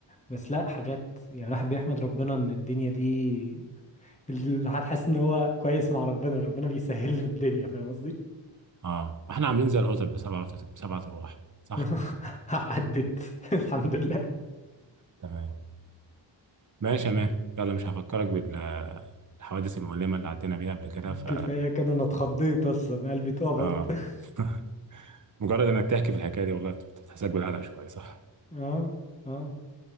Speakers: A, on the left; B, on the right.
A: بس لا حاجات يعني الواحد بيحمد ربنا ان الدنيا دي الواحد حاسس ان هو كويس مع ربنا ربنا بيسهل له الدنيا فاهم قصدي
B: اه احنا عاملين زي القطط بسبعة بسبعة ارواح صح
A: <laughs> عدت <laughs> الحمد لله
B: تمام ماشي يا مان يلا مش هفكرك بالحوادث المؤلمة اللي عدينا بيها قبل كده ف
A: كفاية كده انا اتخضيت اصلا قلبي اتقبض
B: اه
A: <laughs>
B: <laughs> مجرد انك تحكي في الحكايه دي والله بت- بتحسسك بالقلق شويه صح
A: اه اه